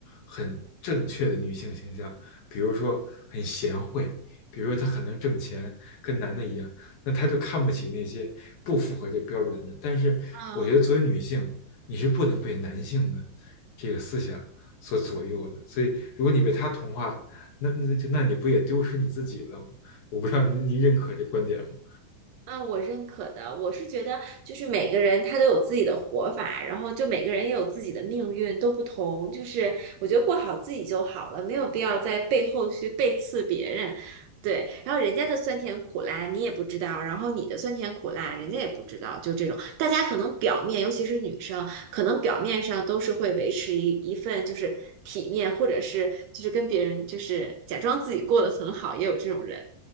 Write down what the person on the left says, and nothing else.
很正确的女性形象，比如说很贤惠，比如说她很能挣钱，跟男的一样。那他就看不起那些不符合这标准的人。但是我觉得作为女性，
你是不能被男性的这个思想所左右的。所以如果你被他同化，那那就那你不也丢失你自己了我不知道您认可这观点吗？